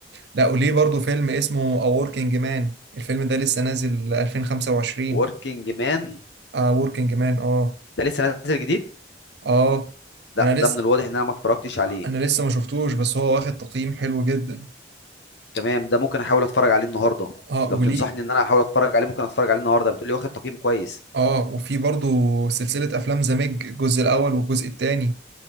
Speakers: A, on the right; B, on the left.
A: لا وليه برضو فيلم اسمه A Working Man الفيلم ده لسه نازل 2025
B: وركينج مان
A: A Working Man اه
B: ده لسه نازل جديد
A: اه
B: لا
A: انا لسه
B: ده من الواضح إن أنا ما اتفرجتش عليه
A: انا لسه ما شفتوش بس هو واخد تقييم حلو جدا
B: تمام ده ممكن أحاول أتفرج عليه النهاردة
A: اه
B: لو
A: وليه
B: تنصحني إن أنا أحاول أتفرج عليه ممكن أتفرج عليه النهاردة بتقولي واخد تقييم كويس
A: اه وفي برضو سلسلة افلام ذا ميج الجزء الاول والجزء الثاني